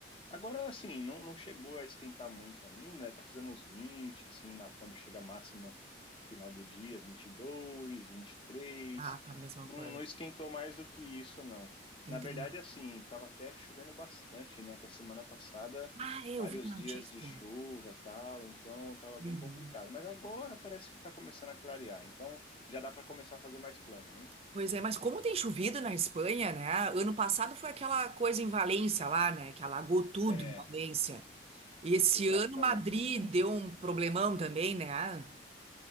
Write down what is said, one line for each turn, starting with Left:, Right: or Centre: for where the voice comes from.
Left: Agora, assim, não, não chegou a esquentar muito ainda, né? Tá fazendo uns 20 assim, na, quando chega a máxima final do dia, 22, 23.
Right: Ah, tá a mesma
Left: Não,
Right: coisa.
Left: não esquentou mais do que isso, não.
Right: Entendi.
Left: Na verdade, assim, tava até chovendo bastante, né? Até semana passada,
Right: Ah, é, eu
Left: vários
Right: vi a notícia.
Left: dias de chuva, tal, então tava bem
Right: Uhum.
Left: complicado. Mas agora parece que tá começando a clarear, então já dá para começar a fazer mais plano, né?
Right: Pois é, mas como tem chovido na Espanha, né? Ano passado foi aquela coisa em Valência lá, né? Que alagou tudo
Left: É,
Right: em Valência. E esse
Left: exatamente.
Right: ano Madrid deu um problemão também, né?